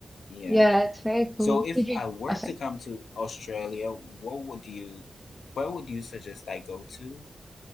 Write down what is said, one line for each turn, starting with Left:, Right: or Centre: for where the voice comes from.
Left: Yeah.
Centre: Yeah, it's very
Left: So
Centre: cool.
Left: if
Centre: Did you
Left: I were
Centre: Oh, sorry.
Left: to come to Australia, what would you, where would you suggest I go to?